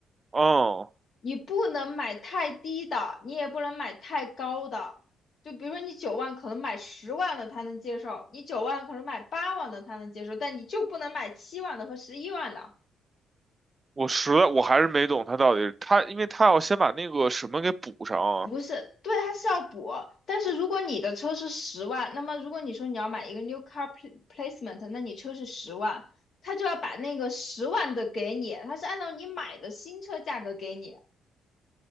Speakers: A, on the right; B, on the left.
A: 嗯，
B: 你不能买太低的，你也不能买太高的。就比如说你九万可能买十万的他能接受，你九万可能买八万的他能接受，但你就不能买七万的和十一万的。
A: 我实在我还是没懂他到底他，因为他要先把那个什么给补上啊。
B: 不是，对，他是要补。但是如果你的车是十万，那么如果你说你要买一个 new car pl- placement，那你车是十万，他就要把那个十万的给你，他是按照你买的新车价格给你，